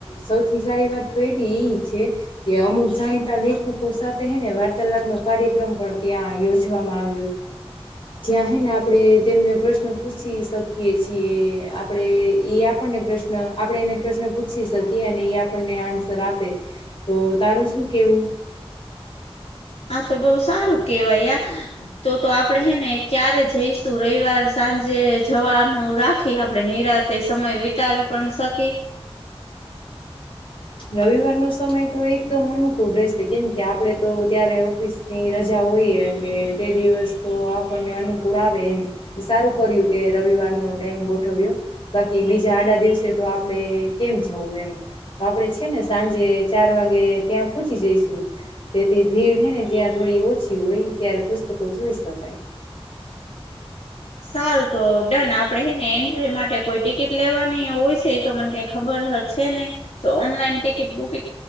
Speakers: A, on the left; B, on the left.
A: સૌથી સારી વા તો એ એ છે કે અમુક જાણીતા લેખકો સાથેને વાર્તાલાપ નો કાર્યક્રમ પ પણ ત્યાં યોજવામાં આવે. ત્યાં હને આપણે તેમને પ્રશ્ન પૂછી શકીએ છીએ, આપણે એ આપણને પ્રશ્ન આપણે એને પ્રશ્ન પૂછી શકીએ અને એ આપણને આન્સર આપે તો તારું શું કેવું?
B: હા તો બહુ સારું કેવાય તો તો આપડે હેને ક્યારે જઈશું રવિવાર સાંજે જવાનું રાખી આપડે નિરાશ તે સમય વિતાવી પણ શકી
A: રવિવાર ન સમય તો એકદમ અનુકૂળ રહેશે, કેમ કે આપડે તો ત્યારે ઓફિસની રજા હો એટલે તે દિવસ તો આપણને અનુકૂળ આવે એમ સારું કર્યું તે રવિવારનું ટમ ગોઠવ્યો બાકી બીજા આડા દિવસે તો આપડે કેમ જવું એમ તો આપડે છે, ને સાંજે ચાર વાગે ત્યાં પહોંચી જઈશું જેથી ભીડ હ ને ત્યાં થોડી ઓછી હોય, ત્યારે પુસ્તકો જો હોઈશ ત ભાઈ.
B: <unintelligible> સારું તો ડન આપડે હેને એન્ટ્રી માટે કોઈ ટિકિટ લેવાની હોય છે, એ તો મને કઈ ખબર છે ન જો ઓનલાઈન ટિકિટ બુકિંગ